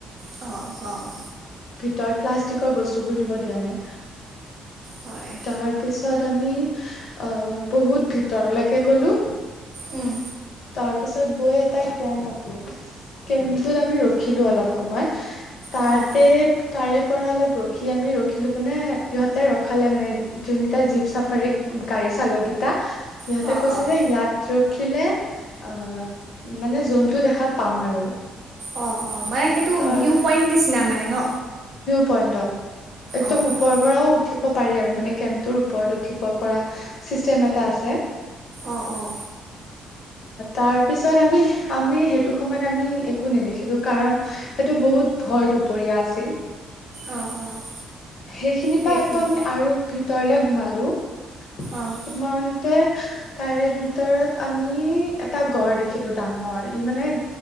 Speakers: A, on the right; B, on the left.
A: অ', অ',
B: ভিতৰত প্লাষ্টিকৰ বস্তুবোৰ নিব দিয়া নাই,
A: হয়,
B: তাৰ পিছত আমি, আ' বহুত ভিতৰলৈকে গলো
A: উম।
B: তাৰ পিছত গৈ এটা কেম্প আছিল, কেম্পটোত আমি ৰখিলো অলপ সময় তাতে
A: অ',
B: তাৰে পৰা অলপ ৰখি আমি ৰখিলো মানে, ইহঁতে ৰখালে মানে, যোনকেইটা জীপ চাফাৰী গাড়ী চালকেইটা, ইহঁতে
A: অ',
B: কৈছে
A: অ',
B: যে ইয়াত ৰখিলে অঁ মানে জন্তু দেখা পাম আৰু।
A: অ'-অ', মানে সেইটো
B: তাৰ
A: ভিউ পইন্ট নিচিনা মানে ন?
B: পইণ্ড অ'। একদম
A: অ',
B: ওপৰৰ
A: অ',
B: পৰাও উঠি উঠিব পাৰি আৰু, মানে কেমতো উপৰত উঠিব পৰা চিষ্টেম এটা আছে
A: অ', অ',
B: তাৰপিছত আমি, আমি সেইটো সময়ত আমি একো নেদেখিলোঁ কাৰণ সেইটো বহুত ভৰ দুপৰীয়া আছিল। সেইখিনি
A: অ', অ', সেইখিনি
B: পৰা আকৌ আমি আৰু ভিতৰলে সোমালো সোমাওতে
A: অ',
B: তাৰে ভিতৰত আম ই এটা গড় দেখিলো ডাঙৰ, ই মানে